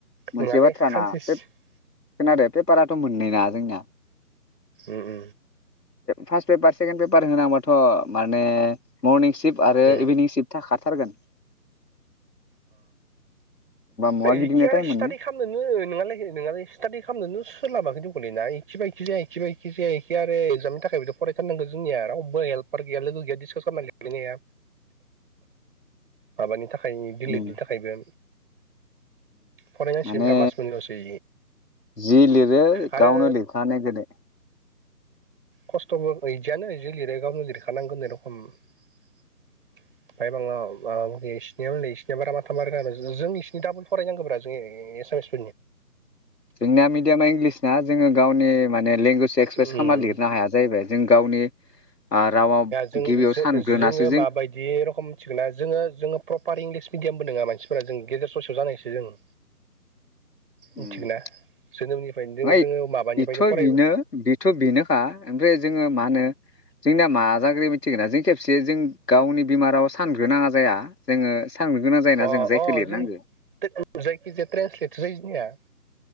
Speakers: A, on the right; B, on the left.
A: नोंहालै
B: मोनसे बाथ्राना
A: खानसे सि
B: बे खोनादों पेपाराथ' मोननै ना जोंनाया
A: ओ ओ
B: फार्स्ट पेपार सेकेणड पेपार होनांगबथ' माने मरनिं सिफ् आरो
A: उम
B: इभिनिं सिफ् थाखार हथारगोन मुवा
A: एखे
B: गिदिंनो
A: आरो
B: टाइम
A: स्टाादि
B: मोनो
A: खालामनोन न न स्टाडि खालामनोनो सोलाबा ना एखि जायाखि जाया आरो एजामनि थाखायबोथ' फरायथारनांगौ जोंनिया रावबो हेल्पार गैया लोगो गैया डिसकास खालामनानैै लिरनाया माबानि थाखाय दिल्लीनि
B: उम
A: थाखायबो फरायनांसिगोनब्रा
B: माने
A: मास मोननैल'सै
B: जि लिरो
A: आरो
B: गावनो लिरखानाय गोदो
A: खस्थ'बो बिदियानो बि लिरो गावनो लिरखानांगोन ए रखम ओमाय बा बिनिया नै बिसोरनिया बारा माथा मारिनो जों इसिनि दडाबोल फरायनांगौब्रा जों एसामिस
B: जोंनिया मिडयामा इंलिस दा जोङो गावनि माने लेंगुवेज एक्सप्रेस
A: उम
B: खालामना लिरनो हाया जाहैबाय जों गावनि ओ रावाव
A: जों
B: गिबियाव सानग्रोनासो
A: जोङो माबायदि रखम मिथिगौ ना जोङो जोङो प्रपार इंलिस मिडियामबो नङा मानसि फोर जों गेजेर ससेयाव जानायसै जों
B: फ्राय
A: मिथिगोना जोनोमनिफ्रायनो जों जोङो माबानिफ्रायनो
B: बेथ'
A: फराय
B: बेनो
A: अ
B: बेथ' बेनोखा ओमफ्राय जोङो मा होनो जोंनिया मा जाग्रो मिथिगोन ना जों खेबसे जों गावनि बेमाराव सानग्रोनाङा जाया जोङो सानग्रो गोनां जायोना
A: अ
B: जों जायखौ
A: अ
B: लिरनांगो
A: जों जायखिजाया ट्रेन्सलेट जायो जोंनिया <inaudible>